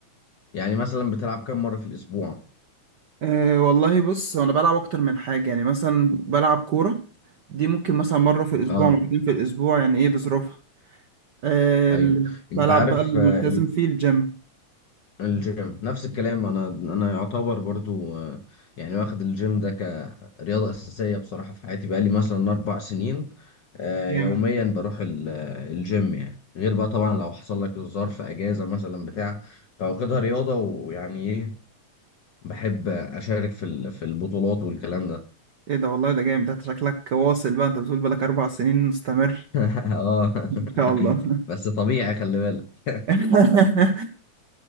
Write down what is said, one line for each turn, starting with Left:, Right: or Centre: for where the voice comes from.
Left: يعني مثلا بتلعب كم مرة في الأسبوع؟
Right: أه والله بص انا بلعب اكتر من حاجه يعني مثلا بلعب كوره دي ممكن مثلا مره في الاسبوع
Left: آه
Right: مرتين في الاسبوع يعني ايه بظروفها أه
Left: أيوه
Right: ال-
Left: أنت
Right: بلعب
Left: عارف
Right: بقى الملتزم
Left: آه،
Right: فيه الجيم
Left: الجيم نفس الكلام انا انا يعتبر برضو آه، يعني واخد الجيم ده كرياضه اساسيه بصراحه في حياتي بقالي مثلا اربع سنين آه،
Right: جامد
Left: يوميا بروح ال- آه، الجيم يعني غير بقى طبعا لو حصل لك ظرف اجازه مثلا بتاع فواخدها رياضه ويعني ايه بحب اشارك في ال- في البطولات والكلام ده
Right: ايه ده والله ده جامد ده شكلك واصل بقى انت بتقول بقالك اربع سنين مستمر
Left: <laughs> اه
Right: ان شاء الله
Left: <laughs> بس طبيعي خلي بالك
Right: <laughs>